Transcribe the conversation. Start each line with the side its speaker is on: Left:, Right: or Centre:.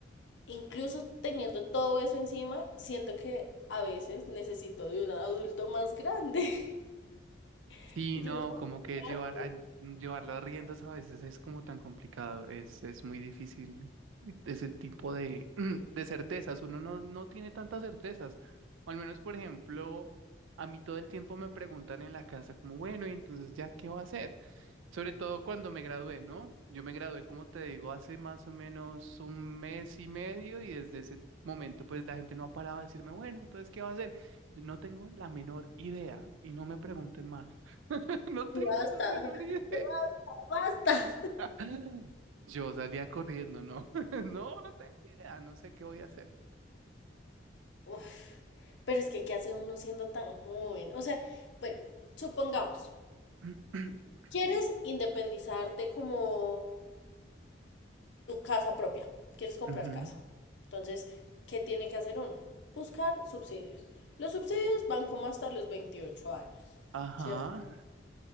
Left: incluso teniendo todo eso encima, siento que a veces necesito de un adulto más grande, <laughs>
Right: Sí,
Left: que
Right: no,
Left: yo no puedo
Right: como
Left: aguantar
Right: que llevar, a- llevar las riendas a veces es como tan complicado, es, es muy difícil ese tipo de, <clears throat> de certezas, uno no, no tiene tantas certezas, o al menos, por ejemplo, a mí todo el tiempo me preguntan en la casa como, bueno, y entonces ya, ¿qué va a hacer? Sobre todo cuando me gradué, ¿no? Yo me gradué, como te digo, hace más o menos un mes y medio y desde ese momento pues la gente no ha parado de decirme, bueno, entonces, ¿qué va a hacer? No tengo la menor idea y no me pregunten más. <laughs> No tengo
Left: y basta,
Right: la menor
Left: <laughs>
Right: idea.
Left: ya basta.
Right: <laughs> Yo salía corriendo, ¿no? <laughs> No, no tengo idea, no sé qué voy a hacer.
Left: Uf, pero es que, ¿qué hace uno siendo tan joven? O sea, bueno, supongamos,
Right: <clears throat>
Left: quieres independizarte como tu casa propia, quieres comprar
Right: Ujú.
Left: casa. Entonces, ¿qué tiene que hacer uno? Buscar subsidios. Los subsidios van como hasta los 28 años,
Right: Ajá,
Left: ¿cierto?